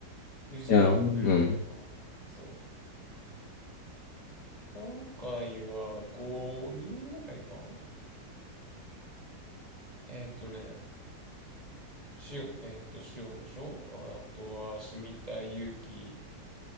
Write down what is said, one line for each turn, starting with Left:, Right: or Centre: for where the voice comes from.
Right: 11人グループも、
Left: いや、うん。
Right: そう。今回は5人ぐらいかえっとね、しお、えっと、しおんでしょあとは、しみたい、ゆうき、